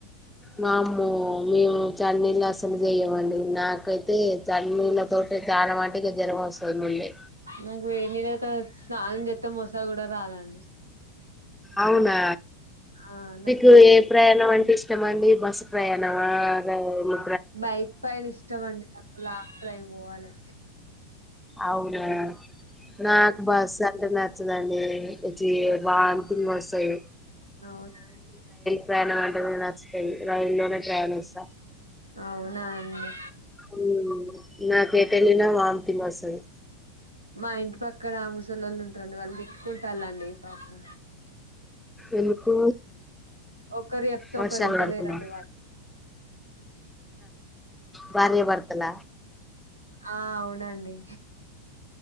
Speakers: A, in the centre; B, on the right (about 85°).
A: వామ్మో మేము చన్నన్నీళ్లు అసలు చెయ్యమండి నాకైతే చల్నీళ్లతో తే చానమట్టుకు జరం వస్తాది మళ్ళీ
B: నాకు వేనీళ్లతో స్నానం చేస్తాం మోస కూడా రాదండి
A: అవునా
B: ఆ నాకు
A: మీకు ఏ ప్రయాణం అంటె ఇష్ ఇష్టం మండి బస్ ప్రయానమ రైల్
B: బైక్ పైన ఇష్టంమండి నాకు లాంగ్ డ్రైవ్ పోవాలే
A: అవునా నాకు బస్ బస్ నచ్చదండి వచ్చి వంతింగ్ వస్తాయి
B: అవునా
A: ప్రయాణం అంటే కూడా నచ్చుతాంది రైల్లోనే ప్రయాణిస్త
B: అవునా అండి
A: ఉమ్ నా కేటెలిన వాంతిగ్ వస్తది
B: మా ఇంటి పక్కనా ముసలోల్లు ఉంటారండి వాళ్ళు తిట్టుకుంటారుళ్ళండి పాపం
A: ఎందుకు
B: ఒకరు సోప్తే
A: వర్షాలు
B: ఒకరు ఇంటలేరండి
A: పడుతున్నాయి
B: వాళ్ళు
A: భార్య భర్తల
B: ఆ అవునండి